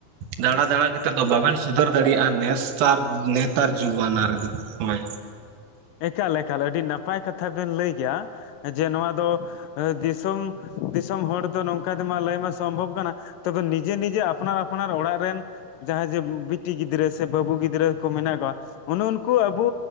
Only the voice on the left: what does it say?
ᱮᱠᱟᱞ ᱮᱠᱟᱞ ᱮᱠᱟᱞ, ᱟᱹᱰᱤ ᱱᱟᱯᱟᱭ ᱠᱟᱛᱷᱟ ᱵᱮᱱ ᱞᱟᱹᱭ ᱠᱮᱜᱼᱟ ᱡᱮ ᱱᱚᱣᱟ ᱫᱚ ᱫᱤᱥᱚᱢ ᱫᱤᱥᱚᱢ ᱦᱚᱲ ᱫᱚ ᱱᱚᱝᱠᱟ ᱛᱮᱢᱟ ᱞᱟᱹᱭ ᱢᱟ ᱥᱚᱢᱵᱷᱚᱵᱽ ᱠᱟᱱᱟ ᱛᱚᱵᱮ ᱱᱤᱡᱮ ᱱᱤᱡᱮ ᱟᱯᱱᱟᱨ ᱟᱯᱱᱟᱨ ᱚᱲᱟᱜ ᱨᱮᱱ ᱡᱟᱦᱟᱸᱭ ᱡᱮ ᱵᱤᱴᱤ ᱜᱤᱫᱽᱨᱟᱹ ᱥᱮ ᱵᱟᱹᱵᱩ ᱜᱤᱫᱽᱨᱟᱹ ᱠᱚ ᱢᱮᱱᱟᱜ ᱠᱚᱣᱟ᱾ ᱚᱱ ᱩᱱᱠᱩ ᱟᱵᱚ